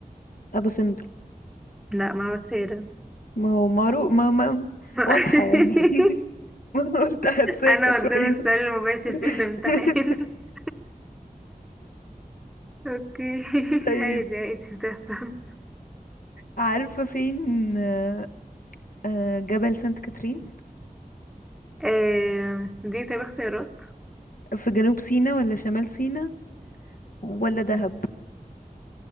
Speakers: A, on the left; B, in the centre.
A: أبو سمبل
B: لا معبد فيلة
A: ما هو معروف ما ما
B: <laughs>
A: واضحة يعني <laughs> ما أنا قلت هتساكى
B: انا
A: شوية
B: قدام السؤال المباشر
A: <laughs>
B: في الامتحان <laughs> اوكي <laughs>
A: طيب
B: عادي عادي بتحصل
A: عارفة فين آه، آه، جبل سانت كاترين
B: آه، دي طيب اختيارات
A: في جنوب سيناء ولا شمال سيناء ولا دهب